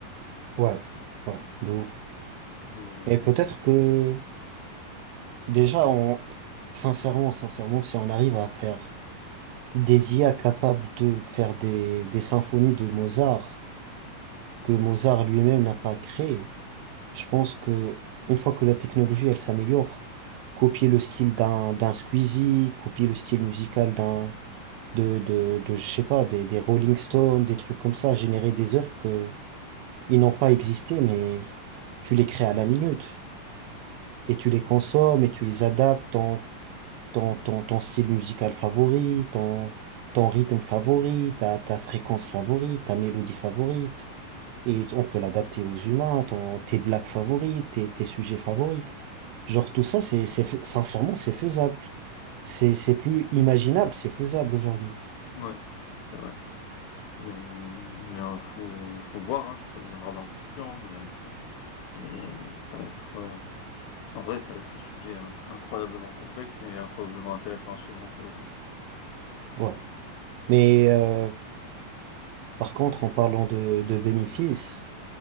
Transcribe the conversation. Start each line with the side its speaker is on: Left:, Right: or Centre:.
Right: Ouais, ouais, de ouf.
Left: Mais
Right: Et peut-être que, déjà, on, sincèrement, sincèrement, si on arrive à faire des IA capables de faire des, des symphonies de Mozart, que Mozart lui-même n'a pas créées, Je pense que une fois que la technologie elle s'améliore, copier le style d'un d'un Squeezie, copier le style musical d'un de de de je sais pas des des Rolling Stones, des trucs comme ça, générer des œuvres que ils n'ont pas existé mais tu les crées à la minute et tu les consommes et tu les adaptes ton ton ton ton style musical favori, ton ton rythme favori, ta ta fréquence favorite, ta mélodie favorite et
Left: Hmm.
Right: on peut l'adapter aux humains, ton tes blagues favorites, tes tes sujets favoris. Genre tout ça, c'est, c'est, fai- sincèrement, c'est faisable. C'est, c'est plus imaginable, c'est faisable aujourd'hui.
Left: ouais, c'est ça, ouais. Mais, mais euh, faut, faut voir hein, ce que ça deviendra dans le futur, hein, mais, mais ça va être euh, en vrai, ça va être un sujet inc- incroyablement complexe et incroyablement intéressant à suivre hein, pour le coup.
Right: Ouais. Mais euh, par contre, en parlant de, de bénéfices,